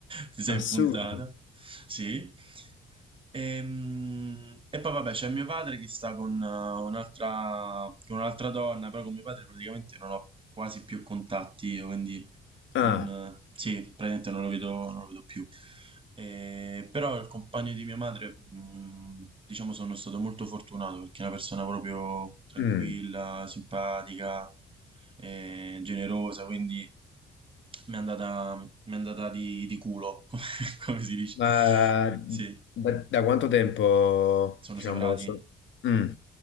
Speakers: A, on the right; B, on the left.
A: ti sei
B: Assurdo.
A: puntata, sì. Ehm, E, poi vabbè c'è mio padre che sta con eh, un'altra con un'altra donna, però con mio padre praticamente non ho quasi più contatti, io, quindi
B: Ah.
A: non, eh, sì, praticamente non lo vedo, non lo vedo più. Eh, però il compagno di mia madre, mm, diciamo, sono stato molto fortunato perché è una persona proprio tranquilla,
B: Mm,
A: simpatica, eh, generosa, quindi mi è andata, mi è andata di, di culo, <laughs> come si dice.
B: ma
A: Sì,
B: da, da quanto tempo,
A: sono
B: diciamo,
A: separati.
B: so- Mm,